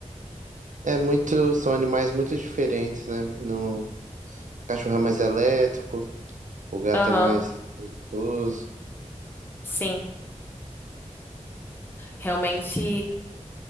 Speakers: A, on the right; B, on the left.
A: É muito, são animais muito diferentes, né? No, o cachorro é mais elétrico, o gato
B: aham,
A: é mais preguiçoso.
B: sim, realmente,